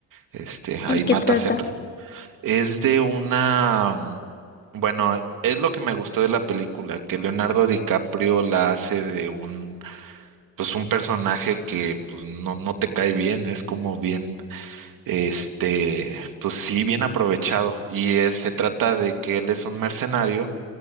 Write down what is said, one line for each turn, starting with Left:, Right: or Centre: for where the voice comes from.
Right: este, ahí
Left: ¿Y qué
Right: matas
Left: trata?
Right: el, es de una, mm, bueno, es lo que me gustó de la película, que Leonardo DiCaprio la hace de un, pues un personaje que pues no, no te cae bien, es como bien, este, pues sí, bien aprovechado. Y es- se trata de que él es un mercenario